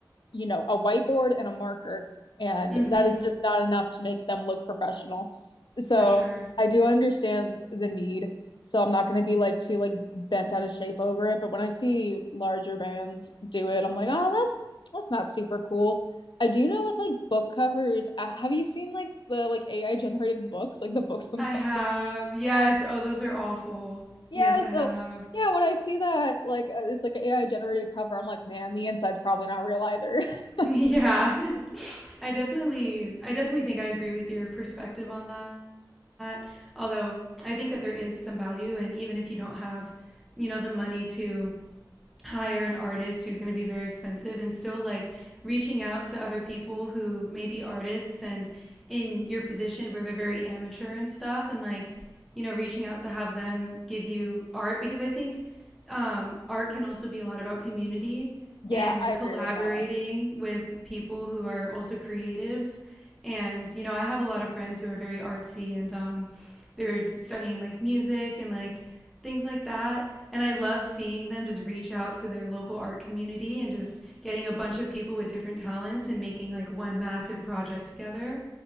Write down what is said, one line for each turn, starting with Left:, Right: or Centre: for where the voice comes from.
Left: you know, a whiteboard and a marker, and
Centre: Mhm.
Left: that is just not enough to make them look professional. So
Centre: For sure.
Left: I do understand the need. So I'm not going to be like too like bent out of shape over it, but when I see larger bands do it, I'm like, "Oh, that's that's not super cool." I do know with like book covers, uh, have you seen like the like AI generated books, like the books themselves?
Centre: I have. Yes. Oh, those are awful.
Left: Yeah,
Centre: Yes, I
Left: so
Centre: have. <laughs>
Left: yeah, when I see that like uh, it's like an AI generated cover, I'm like, "Man, the inside's probably not real either." <laughs>
Centre: Yeah. <laughs> I definitely I definitely think I agree with your perspective on that. Although I think that there is some value and even if you don't have, you know, the money to hire an artist who's going to be very expensive and still like reaching out to other people who may be artists and in your position where they're very amateur and stuff and like you know reaching out to have them give you art because i think um, art can also be a lot about community
Left: Yeah,
Centre: and
Left: I agree
Centre: collaborating
Left: with that.
Centre: with people who are also creatives and, you know, I have a lot of friends who are very artsy and um, they're studying like music and like things like that. And I love seeing them just reach out to their local art community and just getting a bunch of people with different talents and making like one massive project together.